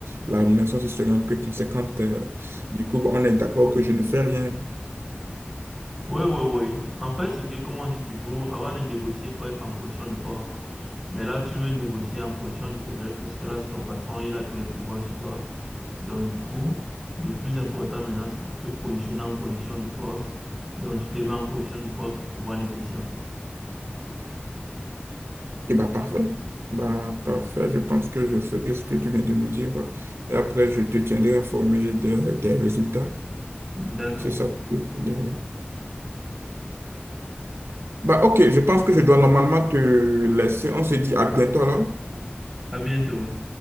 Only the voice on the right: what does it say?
la rémunération si serait un peu conséquente. euh, Du coup, bah, on est d'accord que je ne fais rien.
Et bah parfait, bah parfait. Je pense que je ferai ce que tu viens de me dire. Et après, je te tiendrai informé des, des résultats.
C'est ça. Oui, oui. Bah, ok, je pense que je dois normalement te laisser. On se dit à bientôt alors.